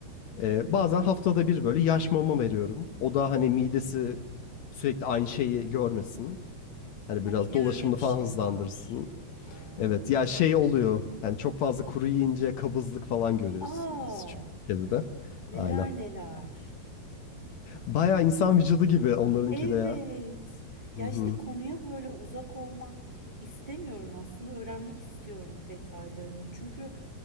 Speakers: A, on the left; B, on the right.
A: Ee, bazen haftada bir böyle yaş mama veriyorum. O da hani midesi sürekli aynı şeyi görmesin. Hani
B: Ha
A: biraz
B: bir de
A: dolaşımını
B: öyle bir şey
A: falan hızlandırsın.
B: var. Ha.
A: Evet ya şey oluyor. Yani çok fazla kuru yiyince kabızlık falan görüyorsunuz
B: Aa,
A: çünkü kedide.
B: neler
A: Aynen.
B: neler.
A: Bayağı insan vücudu gibi onlarınki
B: Evet.
A: de ya.
B: Ya
A: Hı hı
B: işte konuya böyle uzak olmak istemiyorum aslında. Öğrenmek istiyorum detaylarını. Çünkü